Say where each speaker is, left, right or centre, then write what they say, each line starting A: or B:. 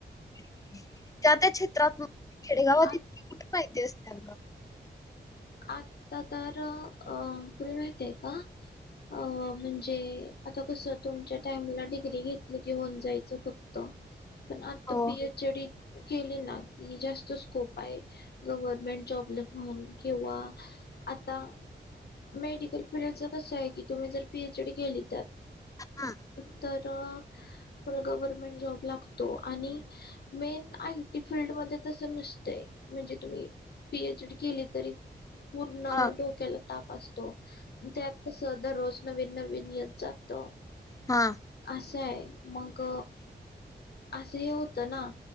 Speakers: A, on the left; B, on the left.
A: हम् त्या त्या क्षेत्रात खेडेगावात
B: आ
A: कुठे माहिती असते. च
B: आता तर अ तु् माहितय का अ म्हणजे म्हण आता कस तुमच्या टाइमला डिग्री घेतली की होऊन जायच फक्त प
A: हो.
B: तपीया जडी केली ना की जास्त स्कोप आहे गव्हर्मेंट जॉबला म्हणून किंवा आता मेडिकल फीलडच कस आहे की तुम्ही जर पीएच डी केली त्या
A: हां,
B: उ तरर तु्हाला गव्हर्मेंट जॉब लागतो आणि मेन आयटी फीलल्डमध्ये तसं नसतंय म्हणजे तुम्ही पीएच डी केली ह पूर्ण
A: हां,
B: डोक्याला ताप असतो त्यात कस दररोज नवीन नवीन येत जात
A: हां,
B: असं आहे मग असं हे होतं ना